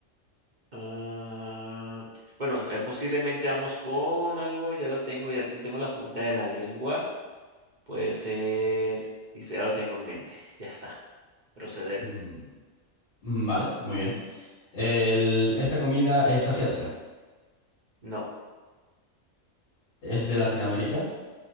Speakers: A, on the right; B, on the left.
A: Ah, bueno, eh, posiblemente vamos con algo, ya lo tengo, ya lo tengo en la punta de la lengua. Puede ser. Listo, ya lo tengo en mente. Ya está. Proceder.
B: Mm, mm, vale, muy bien. El- esta comida es asiática.
A: No,
B: Es de Latinoamérica.